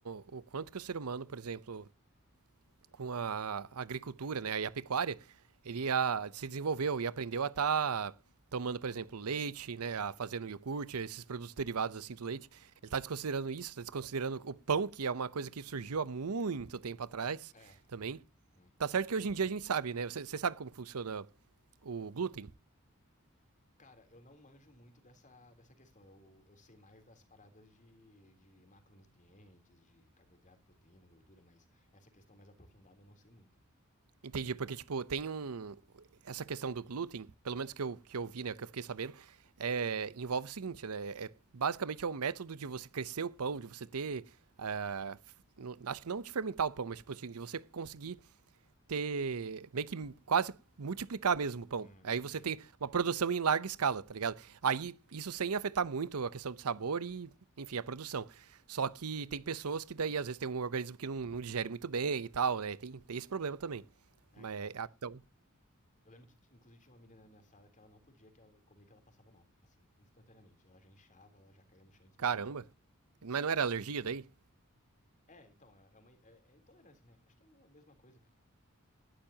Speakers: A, on the right; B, on the left.
A: o quanto que o ser humano, por exemplo, com a agricultura, né, e a pecuária, ele ah, se desenvolveu e aprendeu a estar tomando, por exemplo, leite, né, a fazendo iogurte, esses produtos derivados assim do leite. Ele está desconsiderando isso, está desconsiderando o pão, que é uma coisa que surgiu há muito tempo atrás
B: É.
A: também.
B: Hum.
A: Tá certo que
B: Eu,
A: hoje em dia a gente sabe, né? Você, você sabe como funciona o glúten?
B: cara, eu não manjo muito dessa, dessa questão. Eu, eu sei mais das paradas de, de macronutrientes, de carboidrato, proteína, gordura, mas essa questão mais aprofundada eu não sei muito.
A: Entendi, porque, tipo, tem um. Essa questão do glúten, pelo menos que eu, que eu vi, né, que eu fiquei sabendo, é, envolve o seguinte, né? É, basicamente é o método de você crescer o pão, de você ter. ah, f- não- acho que não de fermentar o pão, mas, tipo, assim, de você conseguir ter. meio que quase multiplicar mesmo o pão.
B: Hum,
A: Aí você
B: sei.
A: tem uma produção em larga escala, tá ligado? Aí isso sem afetar muito a questão do sabor e, enfim, a produção. Só que tem pessoas que daí às vezes tem um organismo que não, não digere muito bem e tal, né? Tem, tem esse problema também.
B: É,
A: Mas,
B: então.
A: é, ah, então,
B: Eu lembro que, inclusive, tinha uma menina na minha sala que ela não podia que ela comer que ela passava mal, assim, instantaneamente. Ela já inchava, ela já caía no chão e desmaiava.
A: caramba. Mas não era alergia daí?
B: É, então, é, é uma, é, é intolerância, né? Acho que é a mesma mesma coisa,